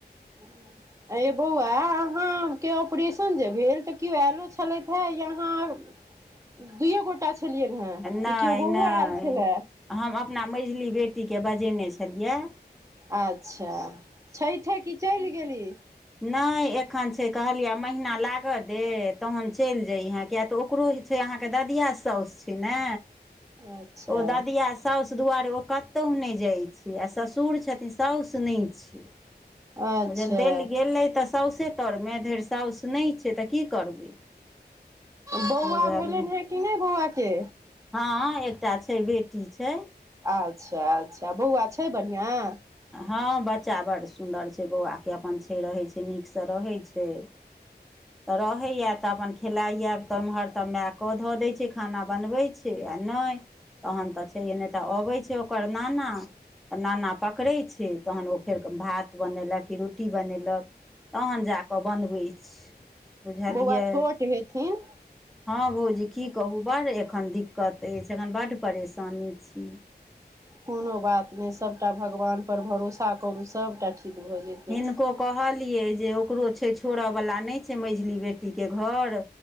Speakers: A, on the right; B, in the centre.
A: <inaudible> एं यै बौआ, अहाँ के ऑपरेशन जे भेलऽ त किओ ऐलो छलैथै या अहाँ अ-
B: <inaudible>
A: दुूइए गोटा छलियैनहेँ
B: नहि
A: कि, कियो बौओ
B: नहि
A: ऐल छलैऽ?
B: हम अपना मेझली बेटीके बजेने छलिययैऽ।
A: आच्छा। छैथे कि चइल गेली?
B: नै एख्खन छै कहलियैयैऽ महीना लागऽ दे तहन चइल जइहेँ, किये त ओकरो छे अहांके ददिया साउस छै ने,
A: अच्छा
B: ओ ददिया साउ साउस दुआरे ओ कतौउ नै जाइ छै। आ ससुर छथिन, साउस नै छै।
A: अच्छा
B: बुजे- देल गेलै त साउसे तरमे धैर साउस नै छै, त की करबै?
A: बौआ
B: बुझलियै
A: भेलनिहें कि नै बौआ के?
B: हँ- एकटा छै बेटी छै।
A: अच्छा -अच्छा, बौआ छै बढ़िआँ?
B: हँ बच्चा बड्ड सुन्दर छय, बौआके अप्पन छै रहय छय, नीकसँ रहै छय। त रहैयैऽ त अप्पन खेलाइयैऽ त एम्हर त मैऽ कऽधऽ दै छै। खाना बनबै छै आ नै तहन त छैहे। नै त अबय छै ओकर नाना आ नाना पकड़ै छैय तहन ओ फेरके भात बनेलक कि रोटी बनेलक तहन जाकऽ बनबै छैय। बुझलियै।
A: बौआ छोट हेथिन
B: हँ भौजी की कहू बड्ड एखन दिक्कत अइछ एखन बड्ड परेशानी छी।
A: कोनो बात नै सबटा भगवान पर भरोसा करू सबटा ठीक भ जेतै।
B: हिनको कहलियै जे ओकरो छैय छोड़ऽ वला नै छैय मैझली बेटीके घर